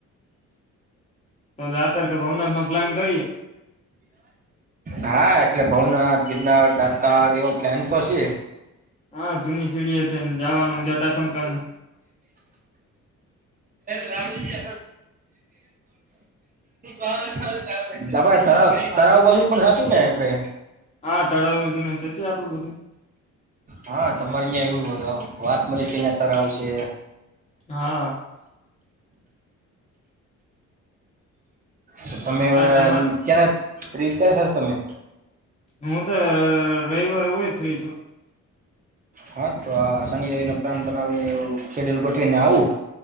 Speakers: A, on the left (about 20°); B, on the right (about 30°).
A: તો દાતર કે ભવનાથ નો પ્લાન કરીએ
B: હા, એટલે ભવનાથ ગિરનાર દાતાર એવો પ્લાન તો છે.
A: હા, જૂની સીડીએ છે ને જવાનું જટા શંકર ને.
B: રાહુલજી. આપડે તરા તરાવ બાજુ પણ હતું ને આપડે.
A: હા, તળાવ નું સતી આપડું બધું.
B: હા, તમારે અ્યાં એવું વાત મળી અત્યારે આવશે.
A: હા
B: તો તમે
A: આ
B: એમ
A: તમારે
B: ક્યારે ફ્રી થશે તમે.
A: હું તો અહ રવિવારે હોય ફ્રી છું.
B: હા તો આ શનિ રવિ નો પ્લાન બનાવીને એવ શેડ્યુલ ગોઠવીને આવું.